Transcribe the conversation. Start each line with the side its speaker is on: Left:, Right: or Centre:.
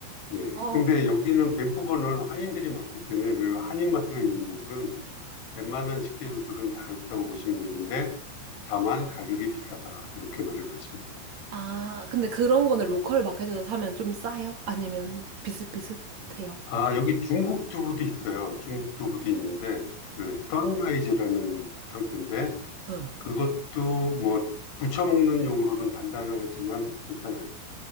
Left: 예.
Right: 어,
Left: 근데 여기는 밴쿠버는 한인들이 많기 때문에 그 한인마트가 있는 곳은 웬만한 식재료들은 다 있다고 보시면 되는데 다만 가격이 비싸다. 이렇게 말을 하시면 됩니다.
Right: 아, 근데 그런 거는 로컬 마켓에서 사면 좀 싸요? 아니면 비슷비슷해요?
Left: 아, 여기 중국 두부도 있어요. 중국 두부도 있는데, 그, 선라이즈라는 상표인데,
Right: 응.
Left: 그것도 뭐, 부쳐 먹는 용으로는 단단하지만 괜찮아요.